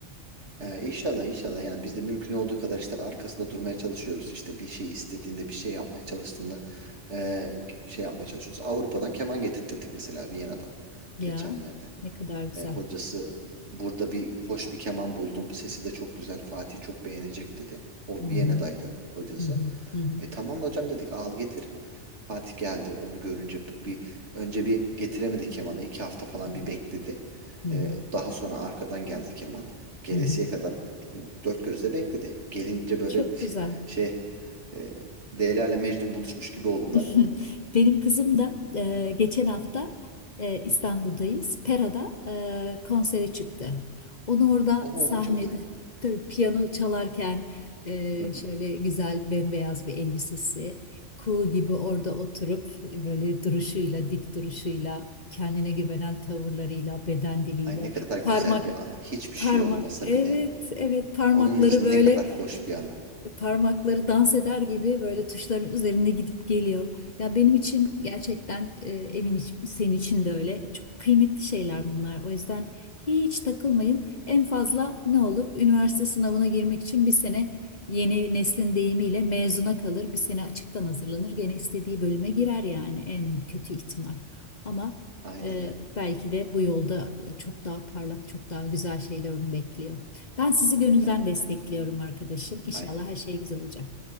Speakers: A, on the right; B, on the left.
A: E, inşallah inşallah yani biz de mümkün olduğu kadar işte arkasında durmaya çalışıyoruz. İşte bir şey istediğinde bir şey yapmaya çalıştığında e, şey yapmaya çalışıyoruz. Avrupa'dan keman getirttirdik mesela Viyana'dan
B: Ya
A: geçenlerde.
B: ne kadar güzel.
A: E, hocası burada bir hoş bir keman buldum. Sesi de çok güzel. Fatih çok beğenecek dedi. O
B: Hı
A: Viyana'daydı
B: hı,
A: hocası.
B: hı hı, hı hı,
A: E tamam hocam dedik al getir. Fatih geldi. Onu görünce bir önce bir getiremedi kemanı. iki hafta falan
B: hı
A: bir bekledi.
B: hı,
A: E,
B: hı hı,
A: daha sonra arkadan geldi keman. Gelesiye
B: hı hı.
A: kadar e, dört gözle bekledi. Gelince böyle
B: Çok güzel.
A: <laughs> şey e, Leyla ile Mecnun buluşmuş gibi oldular
B: <laughs>
A: yani.
B: Benim kızım da e, geçen hafta e, İstanbul'dayız. Pera'da e, konsere çıktı. Onu orada
A: Oo
B: sahnede
A: çok güzel.
B: tabii piyano çalarken e,
A: Hı hı.
B: şöyle güzel bembeyaz bir elbisesi, kuğu gibi orada oturup böyle duruşuyla, dik duruşuyla, kendine güvenen tavırlarıyla, beden diliyle,
A: Ay ne kadar güzel
B: parmak
A: bir anı. Hiçbir
B: parma
A: şey olmasa
B: evet
A: bile
B: evet parmakları
A: Onun için
B: böyle
A: ne kadar hoş bir anı.
B: parmakları dans eder gibi böyle tuşların üzerinde gidip geliyor. Ya benim için
A: Hı,
B: gerçekten e, emin iç- senin için de öyle. Çok kıymetli şeyler bunlar. O yüzden hiç takılmayın. En fazla ne olur? Üniversite sınavına girmek için bir sene yeni neslin deyimiyle mezuna kalır. Bir sene açıktan hazırlanır. Gene istediği bölüme girer yani en kötü ihtimal. Ama
A: Aynen
B: e,
A: öyle.
B: belki de bu yolda çok daha parlak, çok daha güzel şeyler onu bekliyor. Ben sizi gönülden
A: Ay,
B: destekliyorum arkadaşım. İnşallah
A: ay,
B: her şey güzel olacak.